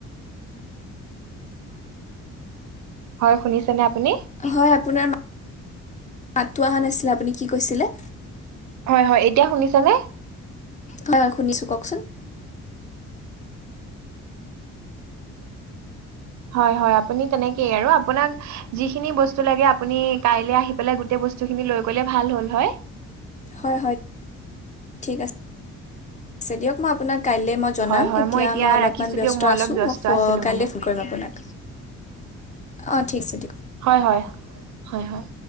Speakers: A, on the right; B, on the left.
A: হয় শুনিছেনে আপুনি?
B: হয় আপোনাৰ মাতটো অহা নাছিলে। আপুনি কি কৈছিলে?
A: হয় হয় এতিয়া শুনিছানে?
B: হয় শুনিছো কওকচোন।
A: হয় হয় আপুনি তেনেকেই আৰু, আপোনাক যিখিনি বস্তু লাগে আপুনি কাইলৈ আহি পেলাই গোটেই বস্তু খিনি লৈ গ'লে ভাল হ'ল হয়।
B: হয় হয়, ঠিক আছে। দিয়ক মই আপোনাক কাইলৈ মই জনাম,
A: হয় হয়
B: এতিয়া মই অলপমান
A: ৰাখিছোঁ
B: ব্যস্ত
A: দিয়ক অলপ
B: আছোঁ
A: ব্যস্ত
B: মই
A: আছিলোঁ
B: কাইলৈ
A: মানে
B: ফোন কৰিম আপোনাক। অ' ঠিক আছে দিয়ক।
A: হয় হয় হয় হয়।